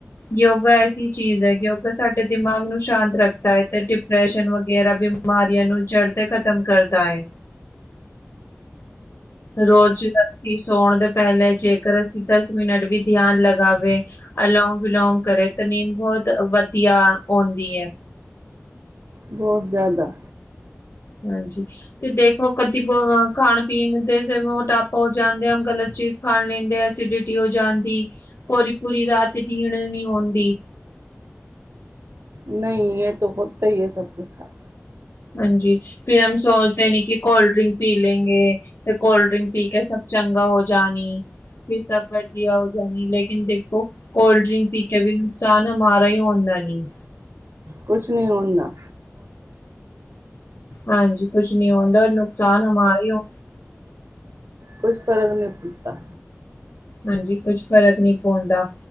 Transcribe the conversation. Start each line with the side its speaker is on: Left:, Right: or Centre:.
Left: ਯੋਗਾ ਐਸੀ ਚੀਜ਼ ਹੈ ਯੋਗਾ ਸਾਡੇ ਦਿਮਾਗ ਨੂੰ ਸ਼ਾਂਤ ਰੱਖਦਾ ਹੈ ਤੇ ਡਿਪਰੈਸ਼ਨ ਗੇਰਾ ਬਿਮਾਰੀਆਂ ਨੂੰ ਜੜ੍ਹ ਤੇ ਖ਼ਤਮ ਕਰਦਾ ਹੈ ਰੋਜ਼ ਰਾਤੀ ਸੌਣ ਦੇ ਪਹਿਲੇ ਜੇਕਰ ਅਸੀਂ ਦਸ ਮਿੰਟ ਵੀ ਧਿਆਨ ਲੱਗ ਲਗਾਵੇ ਅਲੋਮ ਵਿਲੋਮ ਕਰੇ ਤੇ ਨੀਂਦ ਬਹੁਤ ਵਧੀਆ ਆਉਂਦੀ ਹੈ
Right: ਬਹੁਤ ਜ਼ਿਆਦਾ
Left: ਹਾਂਜੀ ਤੇ ਦੇਖੋ ਕਦੀ ਬ ਖਾਣ ਪੀਣ ਦੇ ਮੋਟਾਪਾ ਹੋ ਜਾਂਦੇ ਆ ਗਲਤ ਚੀਜ਼ ਖਾਣ ਲੈਂਦੇ ਐਸੀਡਿਟੀ ਹੋ ਜਾਂਦੀ ਪੂਰੀ ਪੂਰੀ ਰਾਤ ਬੀਣ ਨੀ ਆਦੀ
Right: ਨਹੀਂ ਇਹ ਤਾਂ ਹੋਤਾ ਹੀ ਹੈ ਸਭ ਕੇ ਸਾਥ।
Left: ਹਾਂਜੀ ਫਿਰ ਹਮ ਸੋਚਦੇ ਨੀ ਕਿ ਕੋਲਡ ਡਰਿੰਕ ਪੀ ਲੈਂਗੇ ਤੇ ਕੋਲਡ ਡ੍ਰਿੰਕ ਪੀ ਕੇ ਸਭ ਚੰਗਾ ਹੋ ਜਾਣੀ ਵੀ ਸਭ ਕਰਜ ਹੋ ਜਾ ਲੇਕਨ ਦੇਖੋ ਕੋਲਡ ਡਰਿੰਕ ਪੀ ਕੇ ਵੀ ਨੁਕਸਾਨ ਹਮਾਰਾ ਹੀ ਹੁੰਦਾ ਨਹੀਂ ਹਮ
Right: ਕੁਛ ਨਹੀ ਹੁੰਦਾ
Left: ਹਾਂਜੀ, ਕੁਛ ਨੀ ਹੁੰਦਾ ਨੁਕਸਾਨ ਹਮਾਰਾ
Right: ਕੋਈ ਫਰਕ ਨਹੀਂ ਪੈਦਾ
Left: ਹਾਂਜੀ ਕੁਛ ਫਰਕ ਨਹੀਂ ਪਾਂਉਦਾ